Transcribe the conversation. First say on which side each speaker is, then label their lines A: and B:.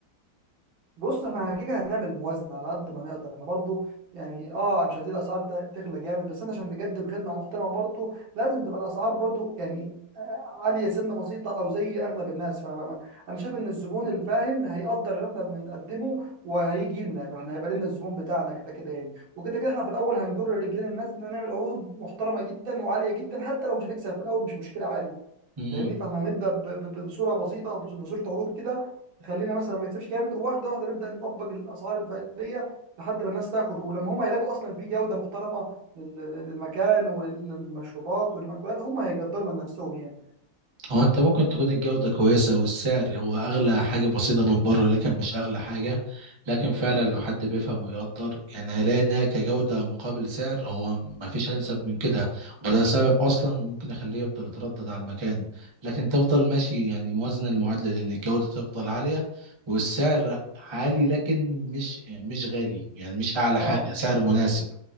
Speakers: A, on the right (about 80°); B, on the right (about 30°).
A: بص احنا كده هنعمل موازنه على قد ما نقدر احنا برضو يعني اه مش عايزين الاسعار ت- تغلى جامد بس انا عشان نقدم خدمه محترمه برضو لازم تبقى الاسعار برضو يعني آه، عاليه سنه بسيطه او زي اغلب الناس فانا شايف ان الزبون الفاهم هيقدر اللي احنا بنقدمه وهيجي لنا فاحنا هيبقى لنا الزبون بتاعنا كده كده يعني وكده كده احنا في الاول هنجر رجلين الناس ان نعمل عروض محترمه جدا وعاليه جدا حتى لو مش هنكسب في الاول مش مشكله عادي
B: دي
A: فاهمني فاحنا هنبدا ب- ب- بصوره بسيطه او بصوره عروض كده تخلينا مثلا ما نكسبش جامد وواحده واحده نبدا نطبق الاسعار الفعليه لحد ما الناس تاخد ولما هم يلاقوا اصلا في جوده محترمه لل- للمكان وللمشروبات والمأكولات هم هيقدروا من نفسهم يعني
B: هو انت ممكن تكون الجودة كويسة والسعر هو اغلى حاجة بسيطة من بره لكن مش اغلى حاجة لكن فعلا لو حد بيفهم ويقدر يعني هيلاقي انها كجودة مقابل سعر هو مفيش انسب من كده وده سبب اصلا ممكن يخليه يفضل يتردد على المكان لكن تفضل ماشي يعني موازن المعادلة دي ان الجودة تفضل عالية والسعر عالي لكن مش مش غالي يعني مش اعلى
A: اه
B: حاجة سعر مناسب